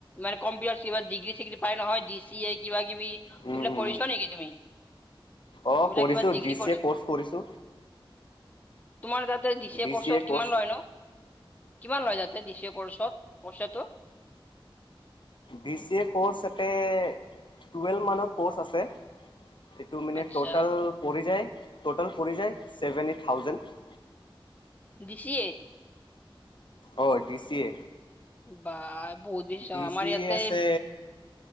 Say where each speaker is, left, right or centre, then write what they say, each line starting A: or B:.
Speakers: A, on the left; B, on the left.
A: মানে কম্পিউটাৰ কিবা ডিগ্ৰী চিগ্ৰী পাই নহয় ডি চি এ কিবা কিবি এইবিলাক
B: উম উম
A: কৰিছ
B: উম
A: নেকি তুমি?
B: অ',
A: এইবিলাক
B: কৰিছো
A: কিবা ডিগ্ৰী
B: ডি চি
A: কৰিছ
B: এ ক'ৰ্চ কৰিছোঁ।
A: তোমাৰ তাতে ডিচি
B: ডি
A: এ কৰ্চত
B: চি ক'ৰ্চ
A: কিমান লয় নো? কিমান লয় যাতে ডিচি এ কৰ্চত পইচাটো?
B: ডি চি এ ক'ৰ্চ তাতে টুৱেলভ মানৰ কৰ্চ আছে। এইটো মানে
A: আচ্ছা
B: টোটাল পৰি যায় টোটাল পৰি যায় ছেভেনটি থাউজেণ্ড।
A: D C A.
B: অ', ডি চি এ।
A: বা বহুত বেছি চোন
B: ডি
A: আমাৰ
B: চি
A: ইয়াতে
B: এ আছে